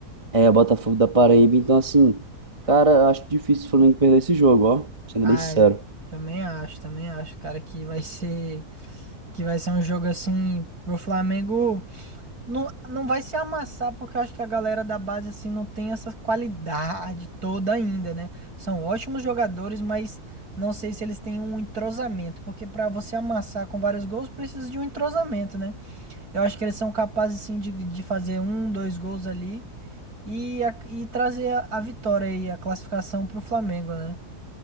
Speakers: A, on the right (about 20°); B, on the right (about 75°).
A: É, o Botafogo da Paraíba. Então, assim, cara, eu acho difícil o Flamengo perder esse jogo, ó, sendo
B: Ah,
A: bem sincero.
B: eu também acho, também acho, cara, que vai ser que vai ser um jogo assim pro Flamengo não, não vai se amassar porque eu acho que a galera da base assim não tem essa qualidade toda ainda, né? São ótimos jogadores, mas não sei se eles têm um entrosamento, porque pra você amassar com vários gols precisa de um entrosamento, né? Eu acho que eles são capazes assim de, de fazer um, dois gols ali. E, a- e trazer a, a vitória e a classificação pro Flamengo, né?